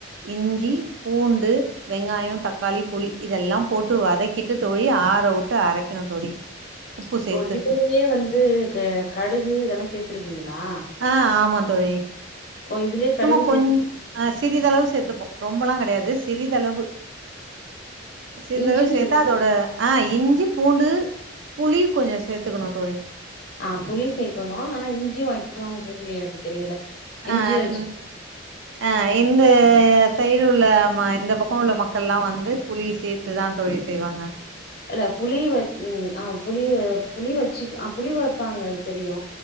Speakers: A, on the right; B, on the left.
A: இஞ்சி பூண்டு வெங்காயோ தக்காளி புளி இதெல்லா போட்டு வதக்கிட்டு தோழி ஆற விட்டு அரைக்கணு தோழி உப்பு
B: இப்போ
A: சேத்து
B: இதுலயே வந்து கு கடுகு இதெல்லா சேத்துருவீங்களா
A: ஆ ஆமாந் தோழி
B: ஓ இதுலயே
A: சும்மா
B: கடுகு
A: கொஞ்
B: சேத்
A: ஆ சிறிதளவு சேத்துப்போ ரொம்பலா கெடையாது சிறிதளவு சிறிதளவு
B: இஞ்சியு
A: சேத்தா
B: சேத்து
A: அதோட அ இஞ்சி பூண்டு புளி கொஞ்சோ சேத்துக்கணு தோழி
B: ஆ புளி சேக்கணு ஆனா இஞ்சி வைக்கணு அப்டின்னு எனக்கு தெரியல இஞ்சி
A: அ ந்
B: வச்சு
A: அ அ இந்த சைடு உள்ள இந்த பக்கோ உள்ள மக்கள்ல்லா வந்து புளி சேத்துதா தோழி செய்வாங்க
B: இல்ல புளி வைக் ஆ புளி புளி வச்சி ஆ புளி வெப்பாங்க அது தெரியு